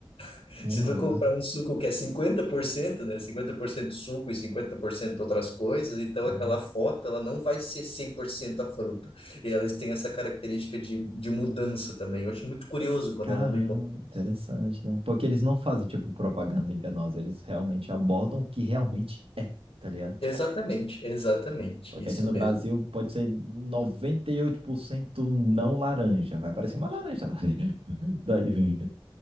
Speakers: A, on the left (about 85°); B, on the right (about 80°).
A: <laughs>
B: Nossa.
A: Se tu comprar um suco que é 50%, né, 50% suco e 50% outras coisas, então
B: Uhum.
A: aquela foto, ela não vai ser 100% a fruta. E elas têm essa característica de, de mudança também. Eu achei muito curioso quando
B: Caramba,
A: ela me contou.
B: interessante,
A: isso.
B: né? Porque eles não fazem, tipo, propaganda enganosa, eles realmente abordam o que realmente é, tá ligado?
A: Exatamente, exatamente,
B: Porque
A: isso
B: aqui no
A: mesmo.
B: Brasil pode ser 98% não laranja, vai parecer uma laranja lá. <laughs> Daí vem.